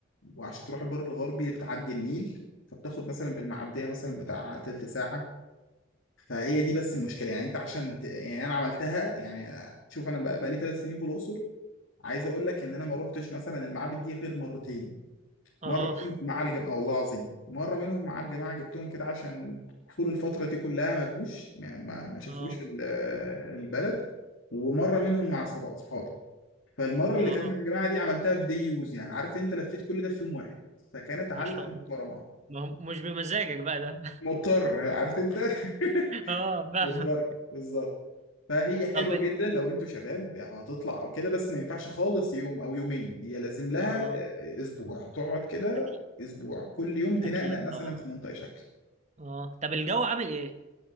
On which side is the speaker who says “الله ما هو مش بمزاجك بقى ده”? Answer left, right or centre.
Right